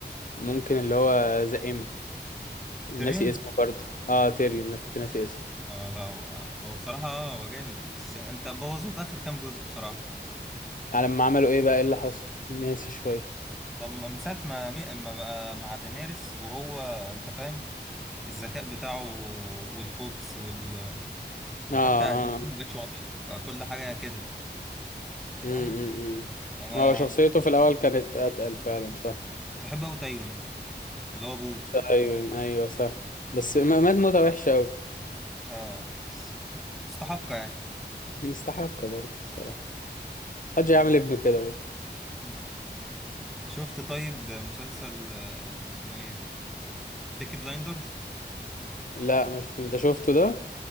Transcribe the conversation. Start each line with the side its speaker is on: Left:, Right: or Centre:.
Left: ممكن اللي هو ذا امب ناسي
Centre: تيريون
Left: اسمه برضه اه تيريون انا كنت ناسي اسمه
Centre: آه لا هو هو بصراحة هو جامد بس انت بوظوه في اخر كام جزء بصراحة
Left: على ما عملوا ايه بقى ايه اللي حصل ناسي شويه
Centre: لما من ساعة ما مي- ما بقى مع دينيرس وهو انت فاهم الذكاء بتاعه والخبث وال... وحتى
Left: اه
Centre: اهدافه
Left: اه
Centre: مبقتش واضحة بقى كل حاجة كده
Left: امم
Centre: فاهم
Left: امم
Centre: انا
Left: هو شخصيته
Centre: كنت
Left: في الاول كانت اتقل فعلا
Centre: بحب
Left: صح
Centre: بحب اوي تايون اللي هو ابوه
Left: ايوه ايوه صح بس ما- مات
Centre: لا.
Left: موتة وحشة أوي
Centre: ها بس- مستحقة يعني
Left: <laughs> مستحقة برضه الصراحة محدش يعمل ابنه كده برضه
Centre: مم. شفت طيب مسلسل آه، اسمه ايه بيكي بلايندرز
Left: لا ما شفت انت شفته ده